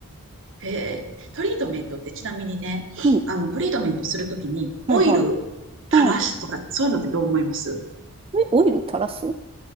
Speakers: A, on the right; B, on the right.
A: へえ。トリートメントってちなみにね、
B: うん。
A: あの、トリートメントするときにオイル
B: はい、はい。うん。
A: 垂らしとか、そういうのってどう思います
B: え、オイル垂らすう